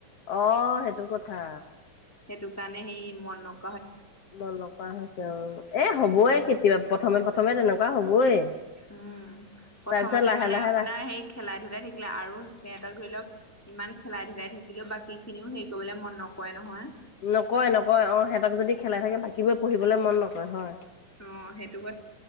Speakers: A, on the left (about 65°); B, in the centre.
A: অ' সেইটো কথা।
B: সেইটো কাৰণে সেই মনক
A: মন নকৰা হৈছে আৰু এ হবই কেতিয়াবা প্ৰথমে প্ৰথমে তেনেকুৱা হবই।
B: উম, প্ৰথমতে
A: তাৰ পিছত লাহে
B: মানে
A: লাহে
B: আপোনাৰ
A: লাহ
B: সেই খেলাই-ধূলাই থাকিলে আৰু সিহঁতক ধৰি লওক ইমান খেলাই ধেলাই থাকিলেও বাকী খিনিও হেৰি কৰিবলৈ মন নকৰে নহয়।
A: নকয় নকয় অ সিহঁতক যদি খেলাই থাকে বাকীবোৰে পঢ়িবলৈ মন নকৰে হয়।
B: অ সেইটো ক